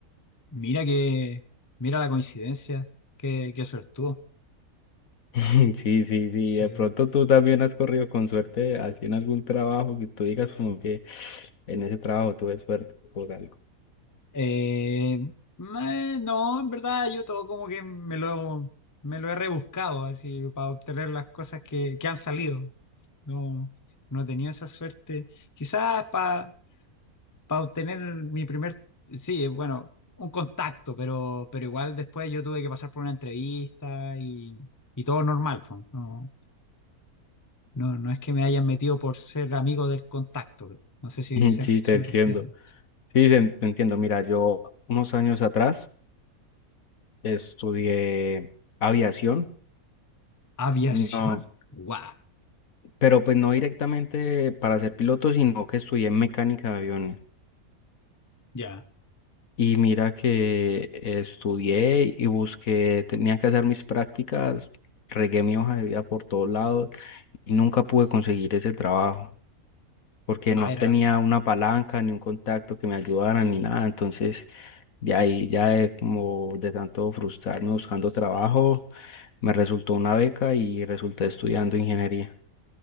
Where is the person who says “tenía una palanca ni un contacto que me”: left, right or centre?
Left